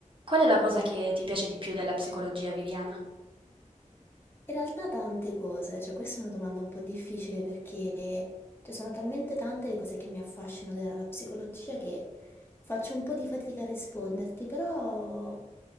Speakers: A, on the right; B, on the left.
A: Qual è la cosa che ti piace di più della psicologia, Viviana?
B: In realtà tante cose, cioè questa è una domanda un po' difficile perché cioè, sono talmente tante le cose che mi affascinano della psicologia che faccio un po' di fatica a risponderti, però